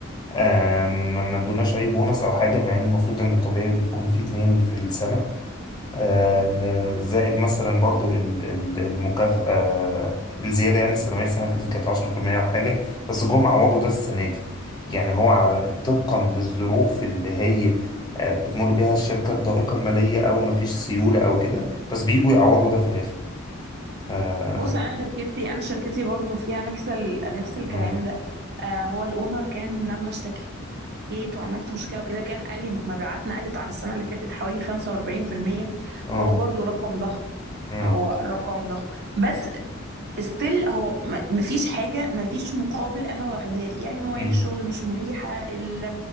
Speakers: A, on the left (about 20°); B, on the right (about 50°).
A: آم، ما ما ادوناش أي بونص أو حاجة مع إن المفروض إن الطبيعي بيكون في اتنين في السنة آه، زائد مثلا برضو ال- ال- المكافأة الزيادة يعني السنوية السنة اللي فاتت كانت 10% وحاجة بس جم عوضوا ده السنة دي يعني هو على- طبقا للظروف اللي هي آه، بتمر بيها الشركة الضائقة المالية أو مفيش سيولة أو كده بس بيجوا يعوضوا ده في الآخر آه
B: بص انا شركتي انا شركتي برضو فيها نفس ال... نفس الكلام
A: مم،
B: ده آه هو الاونر كان لما اشتكيت وعملت مشكله وكده كان قال لي انه مبيعاتنا قلت عن السنه اللي فاتت حوالي 45%
A: آه
B: فهو برضو رقم ضخم
A: مم،
B: هو رقم ضخم بس ستيل هو م- مفيش حاجه مفيش مقابل انا واخداه يعني مواعيد
A: مم،
B: الشغل مش مريحه ال...